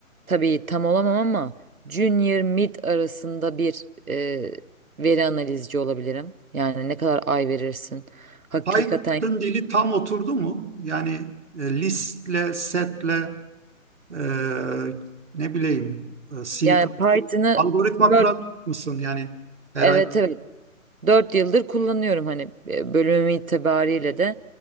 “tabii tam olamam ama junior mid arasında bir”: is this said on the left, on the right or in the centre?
Right